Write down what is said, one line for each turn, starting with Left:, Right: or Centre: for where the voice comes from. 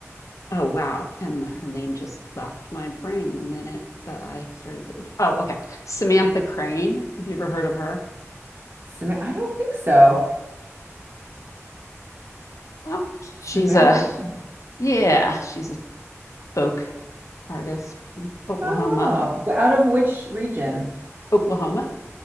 Left: oh wow and her name just left my brain the minute that i started to- oh okay samantha crane have you ever heard of her
Right: Sam I don't think so.
Left: well she's
Right: Samantha.
Left: a
Right: Cr-
Left: yeah she's a folk artist from oklahoma
Right: Oh, w- out of which region?
Left: oklahoma